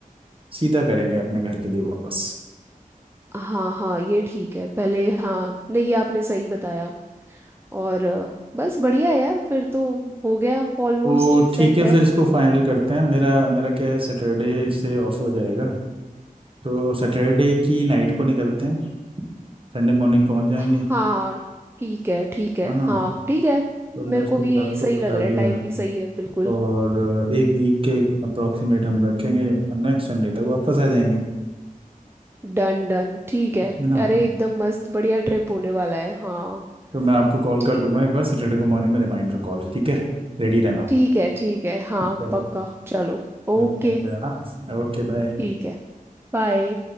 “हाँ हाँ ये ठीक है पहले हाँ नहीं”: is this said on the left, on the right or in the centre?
Right